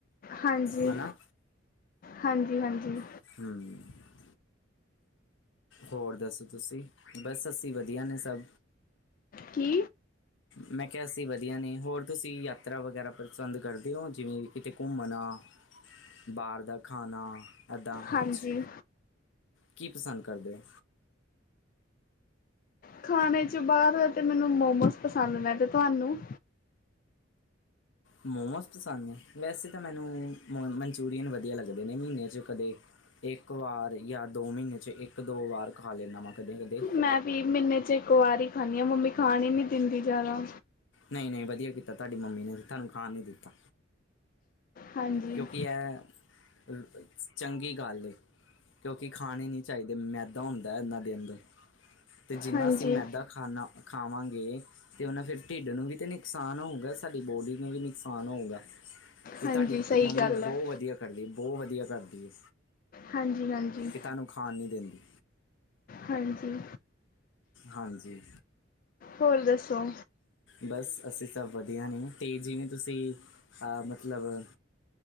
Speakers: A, on the left; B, on the left.
A: ਹਾਂਜੀ,
B: ਹੈ ਨਾ
A: ਹਾਂਜੀ, ਹਾਂਜੀ।
B: ਹੂੰ। ਹੋਰ ਦੱਸੋ ਤੁਸੀਂ, ਬਸ ਅਸੀਂ ਵਧੀਆ ਨੇ ਸਭ।
A: ਕੀ?
B: ਮੈਂ ਕਿਹਾ ਅਸੀਂ ਵਧੀਆ ਨੇ, ਹੋਰ ਤੁਸੀਂ ਯਾਤਰਾ ਵਗੈਰਾ ਪਸੰਦ ਕਰਦੇ ਹੋ, ਜਿਵੇਂ ਕਿਤੇ ਘੁੰਮਣਾ। ਬਾਹਰ ਦਾ ਖਾਣਾ ਇੱਦਾਂ,
A: ਹਾਂਜੀ
B: ਕੁਛ ਕੀ ਪਸੰਦ ਕਰਦੇ ਹੋ?
A: ਖਾਣੇ ਚ ਬਾਹਰ ਤੇ ਮੈਨੂੰ ਮੋਮੋਸ ਪਸੰਦ ਨੇ, ਤੇ ਤੁਹਾਨੂੰ?
B: ਮੋਮੋਸ ਪਸੰਦ ਨੇ, ਵੈਸੇ ਤਾਂ ਮੈਨੂੰ ਮੋ ਮਨਚੂਰੀਅਨ ਵਧੀਆ ਲੱਗਦੇ ਨੇ ਮਹੀਨੇ 'ਚ ਕਦੇ ਇੱਕ ਵਾਰ ਯਾ ਦੋ ਮਹੀਨੇ 'ਚ ਇੱਕ ਦੋ ਵਾਰ ਖਾ ਲੈਂਦਾਵਾਂ ਕਦੇ ਕਦੇ।
A: ਮੈਂ ਵੀ ਮਹੀਨੇ 'ਚ ਇੱਕ ਵਾਰ ਹੀ ਖਾਂਨੀ ਹਾਂ, ਮੰਮੀ ਖਾਣ ਹੀ ਨੀ ਦਿੰਦੀ ਜ਼ਿਆਦਾ।
B: ਨਹੀਂ, ਨਹੀਂ ਵਧੀਆ ਕੀਤਾ ਤੁਹਾਡੀ ਮੰਮੀ ਨੇ, ਤੁਹਾਨੂੰ ਖਾਣ ਨਹੀਂ ਦਿੱਤਾ।
A: ਹਾਂਜੀ,
B: ਕਿਉਂਕਿ ਇਹ, ਚੰਗੀ ਗੱਲ ਹੈ। ਕਿਉਂਕਿ ਖਾਣੇ ਨੀ ਚਾਹੀਦੇ, ਮੈਦਾ ਹੁੰਦਾ ਏ ਇਨਾਂ ਦੇ ਅੰਦਰ ਤੇ ਜਿੰਨਾ
A: ਹਾਂਜੀ,
B: ਅਸੀਂ ਮੈਦਾ ਖਾਨਾ ਖਾਵਾਂਗੇ ਤੇ ਉਹਨਾਂ ਫਿਰ ਢਿੱਡ ਨੂੰ ਵੀ ਤੇ ਨੁਕਸਾਨ ਹੋਊਗਾ, ਸਾਡੀ ਬੋਡੀ ਨੂੰ ਵੀ ਨੁਕਸਾਨ ਹੋਊਗਾ। ਤੇ
A: ਹਾਂਜੀ,
B: ਤੁਹਾਡੀ
A: ਸਹੀ
B: ਮੰਮੀ
A: ਗੱਲ
B: ਬਹੁਤ
A: ਹੈ।
B: ਵਧੀਆ ਕਰਦੀ, ਬਹੁਤ ਵਧੀਆ ਕਰਦੀ ਹੈ।
A: ਹਾਂਜੀ, ਹਾਂਜੀ।
B: ਤੁਹਾਨੂੰ ਖਾਣ ਨਹੀਂ ਦਿੰਦੀ।
A: ਹਾਂਜੀ।
B: ਹਾਂਜੀ।
A: ਹੋਰ, ਦੱਸੋ।
B: ਬਸ, ਅਸੀਂ ਸਭ ਵਧੀਆ ਨੇ, ਤੇ ਜਿਵੇਂ ਤੁਸੀਂ ਅ ਮਤਲਬ